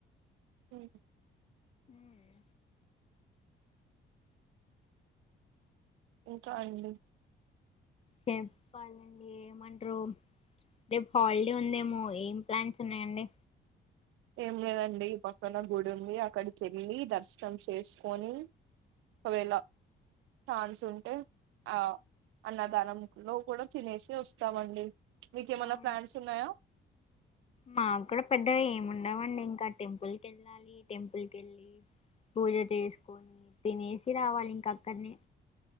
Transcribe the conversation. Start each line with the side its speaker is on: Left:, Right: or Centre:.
Right: హ్మ్
Left: మ్
Right: ఇంకా అండి
Left: చెప్పాలండి ఏమంటరు రేపు హాలిడే ఉందేమో ఏం ప్లాన్స్ ఉన్నాయండి
Right: ఏం లేదండి పక్కన గుడి ఉంది అక్కడికి ఏళ్ళి దర్శనం చేసుకొని ఒకవేళ ఛాన్స్ ఉంటే ఆ అన్నదానం లో కూడా తినేసి వస్తామండి మీక ఏమన్నా
Left: అవును
Right: ప్లాన్స్ ఉన్నాయా
Left: మాకు కూడా పెద్దగా ఏముండవండి ఇంకా టెంపుల్ కెళ్ళాలి టెంపుల్ కెలి పూజ చేసుకొని తినేసి రావాలి ఇంక అక్కడనే